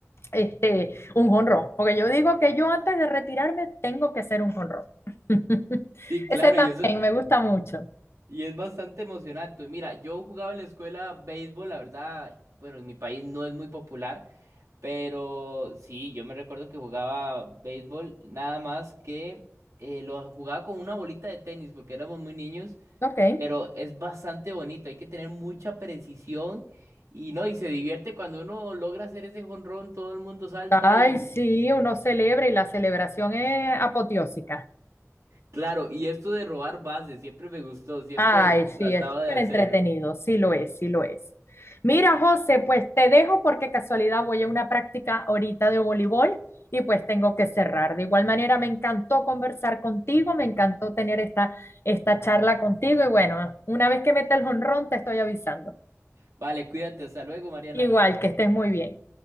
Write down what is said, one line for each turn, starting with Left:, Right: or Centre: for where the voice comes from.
Left: este, un jonrón. Porque yo digo que yo antes de retirarme tengo que hacer un jonrón. <laughs>
Right: sí, claro,
Left: Ese también
Right: y eso,
Left: me gusta mucho.
Right: Y es bastante emocionante. Mira, yo jugaba en la escuela béisbol, la verdad, bueno, en mi país no es muy popular, pero sí, yo me recuerdo que jugaba béisbol, nada más que eh, lo jugaba con una bolita de tenis porque éramos muy niños,
Left: Ok.
Right: pero es bastante bonito, hay que tener mucha precisión y no, y se divierte cuando uno logra hacer ese jonrón, todo el mundo salta
Left: Ay,
Right: y
Left: sí, uno celebra y la celebración es apoteósica.
Right: claro, y esto de robar bases, siempre me gustó, siempre
Left: Ay,
Right: trataba
Left: sí, es súper
Right: de hacerlo.
Left: entretenido, sí lo es, sí lo es. Mira, José, pues te dejo porque casualidad voy a una práctica ahorita de voleibol y pues tengo que cerrar. De igual manera, me encantó conversar contigo, me encantó tener esta, esta charla contigo y bueno, una vez que meta el jonrón te estoy avisando.
Right: Vale, cuídate, hasta luego, Mariana.
Left: Igual, que estés muy bien.